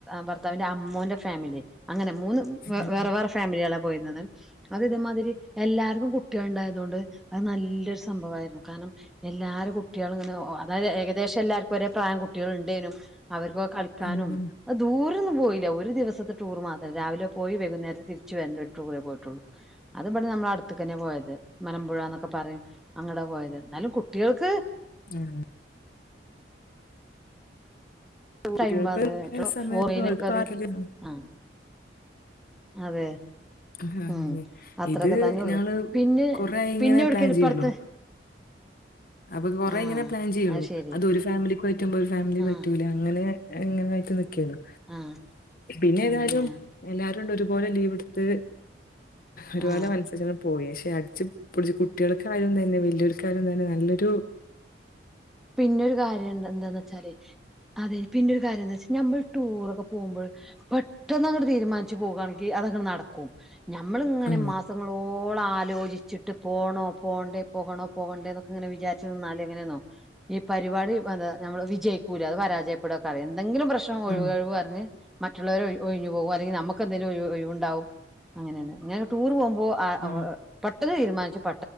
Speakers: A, in the centre; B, on the left.
A: ഭർത്താവിന്റെ അമ്മൂന്റെ ഫാമിലി അങ്ങനെ മൂന്ന്
B: ഉം.
A: വേറെ വേറെ ഫാമിലിയാണ് പോയുന്നത് അത് ഇതേമാതിരി എല്ലാർക്കും കുട്ടികള ഉണ്ടായത കൊണ്ട് അത് നല്ലൊ സംഭവായിരുന്നു കാരണം എല്ലാരെ കു ട്ട്യോള് ഇങ്ങനെ ഓ അതായത് ഏകദേശം എല്ലർക്കും ഒരേ പ്രായം കുട്ട്യോള് ഇണ്ടേനും അവർക്കോ കളിക്കാനും
B: ഉം. ഉം.
A: അ ദൂരൊന്നും പോയില ഒരു ദിവസത്തെ ടൂർ മാത്രം രാവിലെ പോയി വ കുന്നേരം തിരിച്ച് വരണ്ട ഒരു ടൂറേ പോ ട്ടൊള്ളൂ. അത്ബടെ നമ്മളെ അട്ത്ത്ക്കെന്നെ പോയത്. മലമ്പുഴാന്നൊക്കെ പറയും. അങ്ങടാ പോയത്. എന്നാലും കുട്ട്യേൾക്ക്
B: <unintelligible>
A: ടൈം
B: കുട്ടികൾക്ക്
A: പാസ് <unintelligible>
B: സമയം
A: അത്
B: പാർക്കില്
A: ആഹ് അതെ
B: അഹാണ്ലേ.
A: ഉം അത്രൊക്കെ
B: ഇത്
A: തന്നെ ഉള്ളു
B: ഞങ്ങള്
A: പിന്നെ
B: കൊറെ ആയി ഇങ്ങനെ
A: പിന്നെ എവിടക്കേലും
B: പ്ലാൻ
A: ഇപ്പ
B: ചെയ്യുണു
A: അടുത്ത്
B: അപ്പൊ കൊറെ
A: ആഹ്
B: ഇങ്ങനെ പ്ലാൻ ചെയ്യ്ണു.
A: ശരി
B: അത് ഒരു ഫാമിലിക്ക് പറ്റുമ്പോ ഒരു ഫാമിലിക്ക്
A: ആഹ്
B: പറ്റൂല. അങ്ങനെ എങ്ങനെ ആയിട്ട് ന് ക്കേന്ന്.
A: ആഹ്
B: പിന്നെ ഏതായാലും
A: അതന്നെ
B: എല്ലാരു ആണ്ട് ഒരുപോലെ ലീവ് ഇട്ത്ത് ഒരുപോലെ
A: ആഹ്
B: മനസ്സ് ച്ചാന്ന് പോയേ യട്ച്ചും പൊൾച്ച് കുട്ടിയേൾക്കായും ത ന്നെ വല്ല്യോൽകായാലും തന്നെ നല്ലൊ രു
A: പിന്നൊരു കാര്യണ്ട് എന്താന്ന് വെച്ചാല് അതെ പിന്നൊരു കാര്യം എന്താ വെച്ചാ നമ്മൾ ടൂറൊക്കെ പോകുമ്പോൾ പെട്ടെന്ന് അങ്ങട്ട് തീരുമാനിച്ചു പോകാണെങ്കിൽ അതങ്ങട്ട് നടക്കും. ഞമ്മളിങ്ങനെ
B: ആ
A: മാസങ്ങളോളം ആ ലോചിച്ചിട്ട് പോണോ പോണ്ടേ പോകണോ പോകണ്ടേ എന്നൊക്കെ ഇങ്ങനെ വിചാരിച്ചു നിന്നാലെങ്ങനെ ന്നോ ഈ പരിപാടി എന്താ ഞമ്മള് വിജയിക്കൂല അത് പരാജയ പ്പെടെക്കാറം എന്തങ്കിലും പ്രശ്നം ഒഴിവ്
B: ആ
A: കഴിവ് പറഞ്ഞ് മറ്റുള്ളവര് ഒഴി ഒഴിഞ്ഞു പോകും അല്ലെങ്കിൽ നമുക്കന്തെലും ഒഴിവ് ഒഴിവുണ്ടാവും. അങ്ങനെണ് ഇങ്ങനെ ടൂർ പോവു മ്പോ അ
B: ആ
A: ഒ <unintelligible> തീരുമാനിച്ചു പ